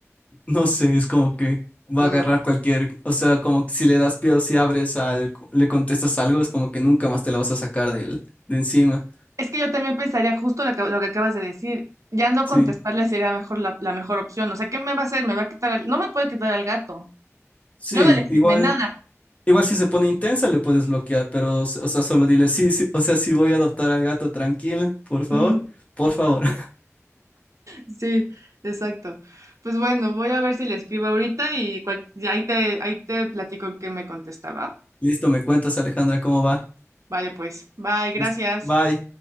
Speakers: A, on the left; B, on the right.
A: no sé, es como que va
B: Mm.
A: a agarrar cualquier, o sea, como que si le das pie o si abres al, le contestas algo, es como que nunca más te la vas a sacar de él, de encima.
B: Es que yo también pensaría justo lo que, lo que acabas de decir. Ya no
A: Sí,
B: contestarle sería mejor la, la mejor opción. O sea, ¿qué me va a hacer? Me va a quitar al- No me puede quitar al gato.
A: sí,
B: Yo no le firmé
A: igual,
B: nada.
A: igual si se pone intensa le puedes bloquear, pero, o sea, solo dile, sí, sí, o sea, sí voy a adoptar al gato, tranquila, por
B: <laughs>
A: favor,
B: Ujú.
A: por favor. <laughs>
B: Sí, exacto. Pues bueno, voy a ver si le escribo ahorita y, cual- y ahí te, ahí te platico qué me contestaba.
A: Listo, me cuentas, Alejandra, cómo va.
B: Vale, pues. Bye, gracias.
A: Listo, bye.